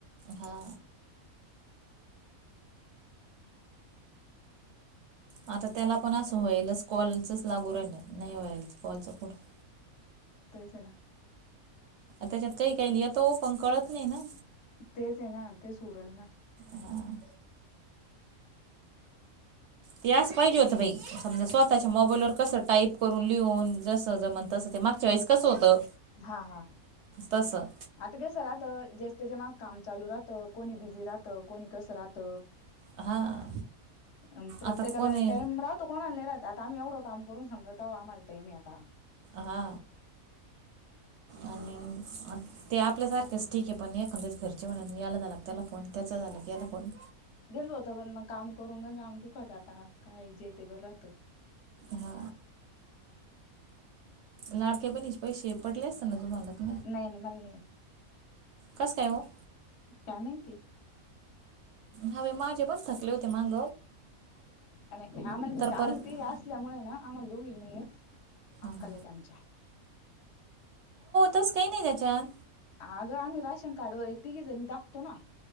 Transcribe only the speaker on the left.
ते
पसे ना
तेच आहे ना तेच उरल ना
हा हा
आता कसं राहत जे त्याच्या माग काम चालू राहत कोणी बिझी राहतं कोणी कसं राहत
अ प्रत्येकाला
टाइम राहतो कोणा नाही राह आ आता आम्ही एवढं काम करून सगता आमलत मी आता
घेन होत पण मग काम करून घ जाग दुखात आता काय जेते बरं राहतं
नाही नाही मला नाही येत.
कामती
आणि आम्हाला म्हणजे
आम्ही
ते असल्यामुळे ना आम्हाला दोघी नाहीय अक्कल
येत आमच्या
अगं आम्ही राशन कार्ड वगैरे तिघे जणी दाखतो ना